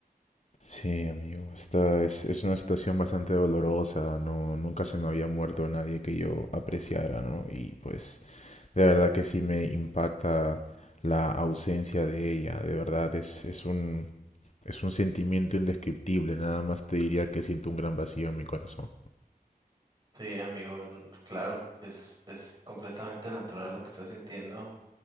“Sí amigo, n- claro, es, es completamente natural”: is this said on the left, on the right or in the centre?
Right